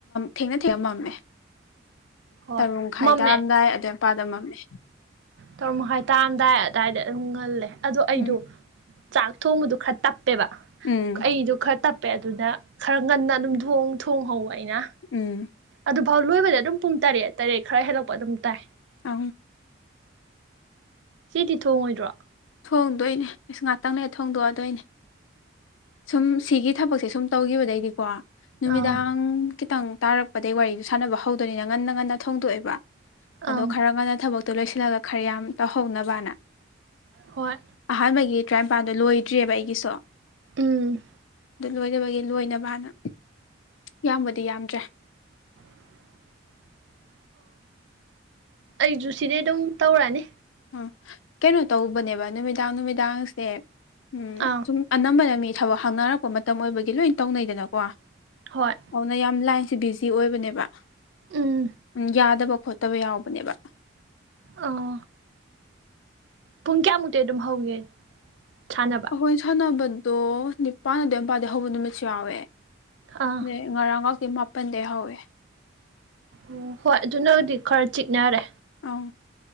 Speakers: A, on the left; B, on the right.
A: ꯊꯦꯡꯅ ꯊꯦꯡꯅ ꯃꯝꯃꯦ
B: ꯍꯣꯏ
A: ꯇꯔꯨꯡꯈꯥꯏ
B: ꯃꯝꯃꯦ
A: ꯇꯥꯔꯝꯗꯥꯏ ꯑꯏꯄꯥꯥꯗꯃꯝꯃꯤ
B: ꯇꯧꯔꯝꯃꯣ ꯍꯥꯏꯇꯥꯔꯝꯗꯥꯏ ꯑꯗꯨꯗꯥꯏꯗ ꯑꯗꯨꯝ ꯉꯜꯂꯦ ꯑꯗꯣ ꯑꯩꯗꯣ
A: ꯎꯝ
B: ꯆꯥꯛ ꯊꯣꯡꯕꯗꯣ ꯈꯔꯞ ꯇꯞꯄꯦꯕ
A: ꯎꯝ
B: ꯑꯩꯗꯣ ꯈꯔ ꯇꯞꯄꯦ ꯑꯗꯨꯅ ꯈꯔ ꯉꯟꯅ ꯑꯗꯨꯝ ꯊꯣꯡꯍꯧꯕ ꯑꯩꯅ
A: ꯎꯝ
B: ꯑꯗꯨꯐꯥꯎ ꯂꯣꯏꯕꯗ ꯑꯗꯨꯝ ꯄꯨꯡ ꯇꯔꯦꯠ ꯇꯔꯦꯠ ꯈꯔ ꯍꯦꯜꯂꯛꯄ ꯑꯗꯨꯝ ꯇꯥꯏ
A: ꯑ
B: ꯆꯦꯗꯤꯊꯣꯡꯉꯣꯏꯗ꯭ꯔꯣ
A: ꯊꯣꯡꯗꯣꯏꯅꯦ ꯑꯁ ꯉꯥꯛꯇꯪꯅꯦ ꯊꯣꯡꯗꯣꯛꯑꯗꯣꯏꯅꯦ ꯁꯨꯝ ꯁꯤꯒꯤ ꯊꯕꯛꯁꯦ ꯁꯨꯝ ꯇꯧꯈꯤꯕꯗꯩꯗꯤꯀꯣ ꯅꯨꯃꯤꯗꯥꯡ
B: ꯑꯥ
A: ꯈꯤꯇꯪ ꯇꯥꯔꯛꯄꯗꯒꯤꯩ ꯋꯥꯔꯤꯗꯨ ꯁꯥꯟꯅꯕ ꯍꯧꯗꯣꯏꯅꯤꯅ ꯉꯟꯅ ꯉꯟꯅ ꯊꯣꯡꯗꯣꯛꯑꯦꯕ ꯑꯗꯣ
B: ꯑꯪ
A: ꯈꯔ ꯉꯟꯅ ꯊꯕꯛ ꯇꯨ ꯂꯣꯏꯁꯤꯜꯂꯒ ꯈꯔ ꯌꯥꯝ ꯇꯧꯍꯧꯅꯕꯅ
B: ꯍꯣꯏ
A: ꯑꯍꯥꯟꯕꯒꯤ ꯇꯔꯥꯅꯤꯄꯥꯟꯗ ꯂꯣꯏꯗ꯭ꯔꯤꯦꯕ ꯑꯩꯒꯤꯁꯨ
B: ꯎꯝ
A: ꯑꯗꯨ ꯂꯣꯏꯅꯕꯒꯤ ꯂꯣꯏꯅꯕꯅ ꯌꯥꯝꯕꯗꯤ ꯌꯥꯝꯗ꯭ꯔꯦ
B: <unintelligible> ꯑꯩꯁꯨꯨ ꯁꯤꯗꯩ ꯑꯗꯨꯝ ꯇꯧꯔꯛ ꯑꯥꯅꯤ
A: ꯎꯝ ꯀꯩꯅꯣ ꯇꯧꯕꯅꯦꯕ ꯅꯨꯃꯤꯗꯥꯡ ꯅꯨꯃꯤꯗꯥꯡꯁꯦ ꯎꯝ
B: ꯑꯥ
A: ꯁꯨꯝ ꯑꯅꯝꯕꯅ ꯃꯤ ꯊꯕꯛ ꯍꯥꯡꯅꯔꯛꯄ ꯃꯇꯝ ꯑꯣꯏꯕꯒꯤ ꯂꯣꯏꯅ ꯇꯧꯅꯩꯗꯅꯀꯣ
B: ꯍꯣꯏ
A: ꯑꯗꯨꯅ ꯌꯥꯝ ꯂꯥꯏ ꯁꯤ ꯕꯤꯖꯤ ꯑꯣꯏꯕꯅꯦꯕ
B: ꯎꯝ
A: ꯌꯥꯗꯕ ꯈꯣꯠꯇꯕ ꯌꯥꯎꯕꯅꯦꯕ
B: ꯑꯣ ꯄꯨꯡ ꯀꯌꯥꯃꯨꯛꯇꯤ ꯑꯗꯨꯝ ꯍꯧꯒꯦ ꯁꯥꯟꯅꯕ
A: ꯑꯩꯈꯣꯏ ꯁꯥꯟꯅꯕꯗꯣ ꯅꯤꯄꯥꯜ ꯑꯗꯨ ꯃꯄꯥꯗꯒꯤꯩ ꯍꯧꯕ ꯅꯨꯃꯤꯠꯁꯨ ꯌꯥꯎꯋꯦ
B: ꯑꯥ ꯑꯣ
A: ꯑꯗꯩ ꯉꯔꯥꯡ ꯉꯥꯛꯇꯤ ꯃꯥꯄꯜꯗꯩ ꯍꯧꯋꯦ
B: ꯑꯣ ꯍꯣꯏ ꯑꯗꯨꯅ ꯗꯤ ꯈꯔ ꯆꯤꯛꯅꯔꯦ
A: ꯑꯪ